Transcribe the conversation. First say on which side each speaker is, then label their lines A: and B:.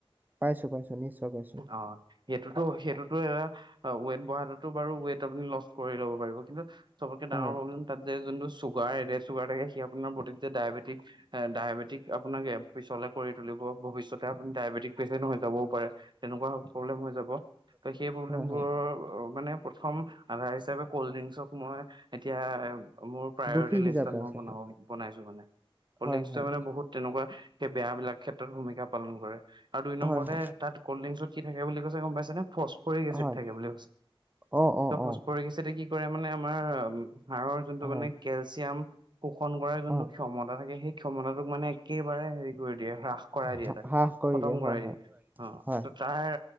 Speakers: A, on the right; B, on the right.
A: পাইছো পাইছো নিশ্চয় পাইছো
B: অ। সেইটোতো - সেইটোতো এটা ৱেইট ব়াততো বাৰু ৱেইট আপুনি লচ কৰি ল'ব পাৰিব কিন্তু। চবকে ডাঙৰ
A: হয়।
B: প্ৰবলেম তাত। যে যোনটো চুগাৰডেড চুগাৰ থাকে সি আপোনাৰ বিতত যে ডায়েটি। ডায়বেটিক আপোনাক পিছলে কৰি তুলিব ভৱিষ্যতে আপুনি ডায়বেটিক পেচেন্ট হৈ যাবও পাৰে তেনেকুৱা প্ৰব্লেম হৈ যাব। ত
A: প্ৰব্লেম
B: সেই প্ৰব্লেমবোৰৰ। মানে প্ৰথম আধাৰ হিচাপে কল্ড ড্ৰিংকচক মই এতিয়া মোৰ প্ৰায়ৰিটি
A: দোষী
B: লিষ্টত
A: হিচাপে
B: মই
A: আচলতে
B: ব বনাইছো মানে কল্ড
A: হয়
B: ডিংকে
A: হয়
B: মানে বহুত তেনেকুৱা। বেয়া বিলাক ক্ষেত্ৰত ভূমিকা পালন কৰে। আৰু দুই নম্বৰতে
A: হয় হয়
B: তাত কল্ড ড্ৰিংকছত। কি থাকে বুলি কৈছে। গম পাইচে নে? ফচফৰিক এচিড
A: হয়
B: থাকে বুলি কৈছে
A: অ অ
B: ত' ফচফৰিক
A: অ
B: এচিডে কি কৰে। মানে আমাৰ হাৰ়ৰ যোনটো
A: হয়
B: মানে কেলচিয়াম শোষণ কৰাৰ যোনটো
A: হয়
B: ক্ষমতা থাকে সেই। ক্ষমতাতোক মানে একেই একেবাৰে হেৰি কৰি দিয়ে হ্ৰাস কৰাই দিয়ে
A: হা-
B: তাক,
A: হ্ৰাস কৰি
B: খতম
A: হয়
B: কৰাই
A: হয়
B: দিয়ে অহ',
A: হয়
B: ত তাৰ।